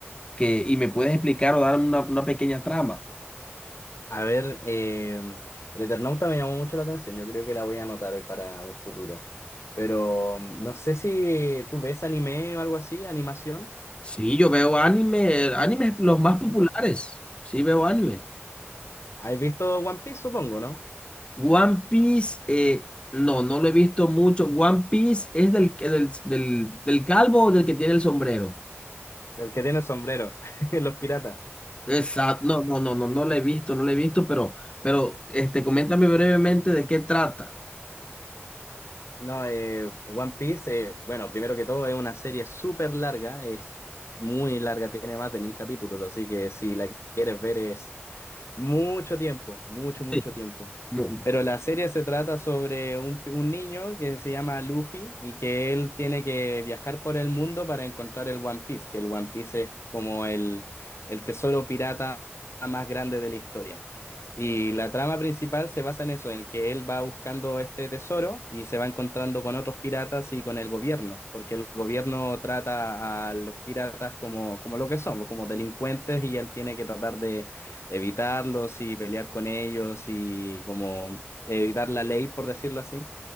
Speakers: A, on the left; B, on the left.
A: que, y me puedes explicar o dar una, una pequeña trama.
B: A ver, eh, el Eternauta me llamó mucho la atención. Yo creo que la voy a anotar para un futuro. Pero mm, no sé si tú ves anime o algo así, animación.
A: Sí, yo veo anime, animes los más populares.
B: ¿Sí?
A: Sí, veo anime.
B: ¿Has visto One Piece, supongo, ¿no?
A: One Piece, eh, no, no lo he visto mucho. One Piece es del, del, del, del calvo o del que tiene el sombrero.
B: El que tiene el sombrero, <laughs> los piratas.
A: Exacto. No, no, no, no, no lo he visto, no lo he visto, pero, pero este, coméntame brevemente de qué trata.
B: No, eh, One Piece, eh, bueno, primero que todo es una serie súper larga, es muy larga, tiene más de mil capítulos, así que si la quieres ver es mucho tiempo, mucho, mucho
A: Sí.
B: tiempo.
A: No,
B: Pero la serie se trata sobre un, pi- un niño que se llama Luffy y que él tiene que viajar por el mundo para encontrar el One Piece, que el One Piece es como el, el tesoro pirata más grande de la historia. Y la trama principal se basa en eso, en que él va buscando este tesoro y se va encontrando con otros piratas y con el gobierno, porque el gobierno trata a los piratas como, como lo que son, como delincuentes y él tiene que tratar de evitarlos y pelear con ellos y como evitar la ley, por decirlo así.